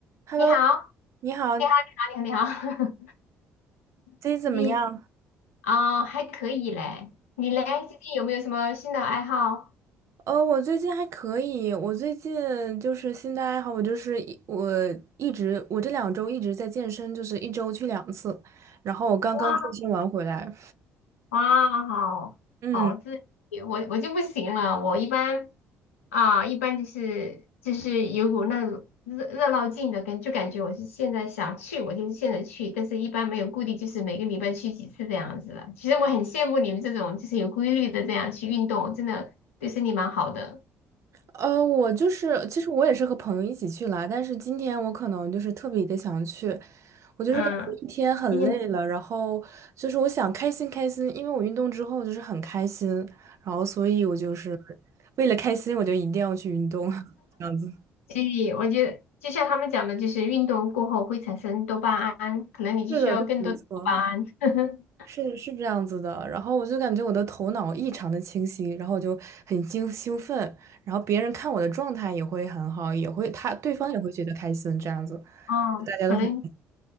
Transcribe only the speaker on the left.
你好，
你好，你好，你好，你好
<laughs> 最近啊、还可以嘞。你嘞，最近有没有什么新的爱好？
哇哇，好好自律，
我我就不行了。我一般啊、一般就是就是有股那种热热闹劲的感，就感觉我是现在想去，我就是现在去，但是一般没有固定，就是每个礼拜去几次这样子了。其实我很羡慕你们这种就是有规律的这样去运动，真的对身体蛮好的。
嗯，今天。
所以我觉得，就像他们讲的，就是运动过后会产生多巴胺，可能你就需要更多的多巴胺。
<laughs>
嗯，
可能